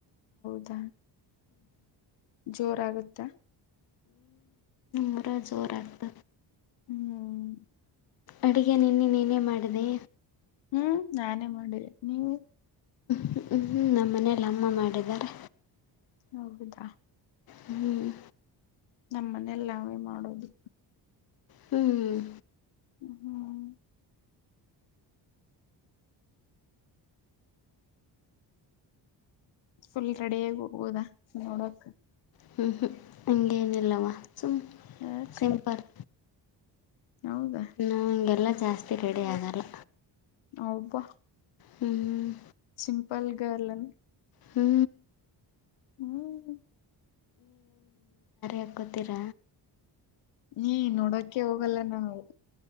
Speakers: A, on the left; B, on the left.
A: ದ ಜೋರಾಗುತ್ತ
B: ಕಮರ ಜೋರ ಆಗತ
A: ಹ್ಮ್
B: ಅಡುಗೆ ನಿನ್ನೆ ನೀೇನೇ ಮಾಡಿದೆ
A: ಹ್ಮ್ ನಾನೇ ಮಾಡಿ ನೀವು
B: ಞ ಹ್ಞೂ ಹ್ಞೂ ನಮ್ಮ ಮನೇಲಿ ಅಮ್ಮ ಮಾಡಿದ್ದಾರೆ
A: ಹೌದಾ
B: ಹ್ಮ್
A: ನಮ್ಮನೆಲ್ ನಾವೇ ಮಾಡೋದು.
B: ಹ್ಞೂ ಹ್ಞೂ
A: ಹ್ಮ್ ಹ್ಮ್ ಫುಲ್ ರೆಡಿಯಾಗಿ ಹೋಗೋದಾ ನೋಡಕ್.
B: ಹ್ಞ ಹ್ಞ ಹಂಗೇನಿಲ್ಲವಾ ಸುಮ್ಮ
A: ಯಾಕ
B: ಸಿಂಪಲ್.
A: ಹೌದಾ
B: ನಾ ಹಂಗೆಲ್ಲ ಜಾಸ್ತಿ ರೆಡಿ ಆಗಲ್ಲ.
A: ಅಬ್ಬಾ.
B: ಹ್ಮ್
A: ಸಿಂಪಲ್ ಗರ್ಲ ಏನ್.
B: ಹ್ಞೂ
A: ಹ್ಮ್
B: ಕೊಕ್ಕತ್ತರ
A: ನೀ ನೋಡೋಕೆ ಹೋಗಲ್ಲ ನಾವು